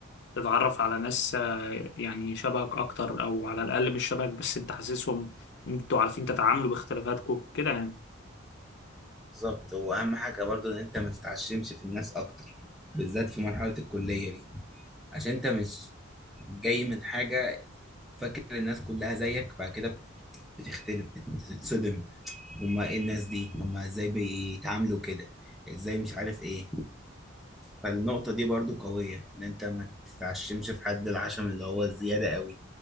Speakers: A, on the left; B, in the centre.
A: تتعرف على ناس آه، يعني شبهك اكتر او على الاقل مش شبهك بس انت حاسسهم إن انتوا عارفين تتعاملوا باختلافاتكم كده يعني
B: بالظبط واهم حاجة برضو ان انت ما تتعشمش في الناس اكتر بالذات في مرحلة الكلية دي عشان انت مش جاي من حاجة فاكر الناس كلها زيك بعد كده بتختلف بتتصدم هما ايه الناس دي هما ازاي بيتعاملوا كده ازاي مش عارف ايه فالنقطة دي برضو قوية ان انت ما تتعشمش في حد العشم اللي هو الزيادة قوي